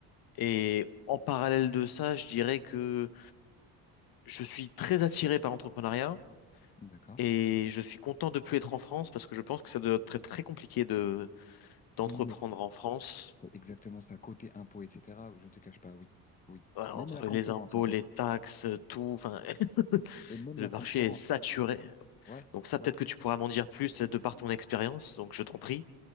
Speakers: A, on the left (about 55°); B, on the left (about 20°).
A: et en parallèle de ça, je dirais que je suis très attiré par l'entrepreneuriat
B: d'accord.
A: et je suis content de plus être en France parce que je pense que ça doit être très, très compliqué de, d'entreprendre
B: Oui,
A: en France.
B: C'est exactement ça, côté impôt, etc. Je ne te cache pas, oui. Oui.
A: Voilà,
B: Même
A: Entre
B: la concurrence,
A: les impôts,
B: en fait.
A: les taxes, tout, enfin, <laughs>
B: Et même
A: le
B: la
A: marché
B: concurrence.
A: est saturé.
B: Ouais,
A: Donc ça, peut-être
B: ouais.
A: que tu pourras m'en dire plus euh, de par ton expérience, donc je t'en prie.